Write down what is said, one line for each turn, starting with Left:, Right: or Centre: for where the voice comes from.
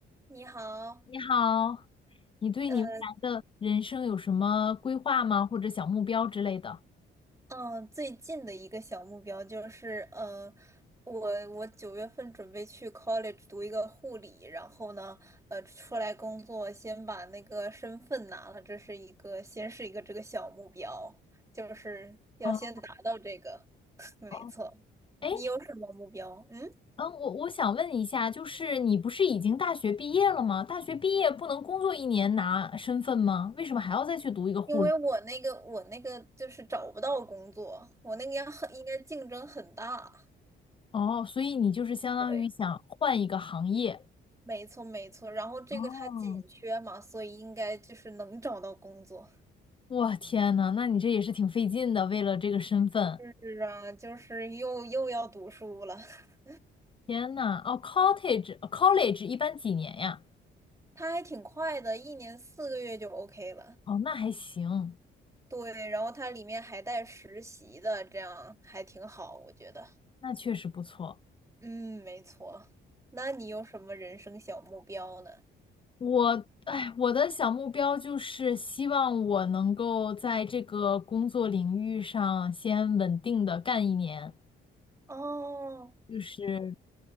Right: 你好，
Left: 你好，你对你未来的人生有什么规划吗？
Right: 呃，
Left: 或者小目标之类的？
Right: 嗯，最近的一个小目标就是，呃，我我九月份准备去 college 读一个护理，然后呢，呃，出来工作，先把那个身份拿了，这是一个，先是一个这个小目标，就是要先达到这个，
Left: 哦
Right: <laughs> 没错。
Left: 哦，哎，
Right: 你有什么目标？嗯，
Left: 嗯，我我想问一下，就是你不是已经大学毕业了吗？大学毕业不能工作一年拿身份吗？为什么还要再去读一个护理？
Right: 因为我那个我那个就是找不到工作，我那个要很应该竞争很大，
Left: 哦，所以你就是相当于想换一个行业。
Right: 对，没错没错。然后这个它紧缺嘛，
Left: 哦，
Right: 所以应该就是能找到工作。
Left: 我天呐，那你这也是挺费劲的，为了这个身份。
Right: 是啊，就是又又要读书了。<laughs>
Left: 天呐，哦，cottage college 一般几年呀？
Right: 它还挺快的，一年四个月就 OK 了。
Left: 哦，那还行。
Right: 对，然后它里面还带实习的，这样还挺好，我觉得。
Left: 那确实不错。
Right: 嗯，没错。那你有什么人生小目标呢？
Left: 我，哎，我的小目标就是希望我能够在这个工作领域上先稳定的干一年，
Right: 哦，
Left: 就是